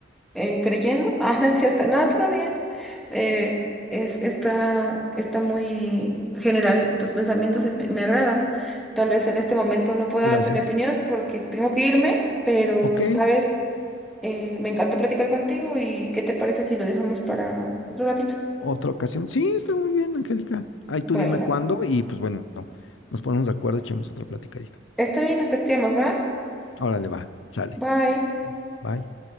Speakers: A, in the centre; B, on the left (about 80°).
A: eh, creyendo. <laughs> Ah, no es cierto. No, todo bien. Eh, es, está, está muy general tus pensamientos y me, me agrada. Tal vez en este momento no pueda
B: Gracias.
A: darte mi opinión porque tengo que irme, pero
B: Ok,
A: sabes, eh, me encanta platicar contigo y ¿qué te parece si lo dejamos para otro ratito?
B: otra ocasión. Sí, está muy bien, Angélica. Ahí tú
A: Bueno,
B: dime cuándo y pues bueno, nos ponemos de acuerdo, echemos otra platicadita.
A: está bien, nos texteamos, ¿va?
B: Órale, va, sale.
A: Bye.
B: Bye.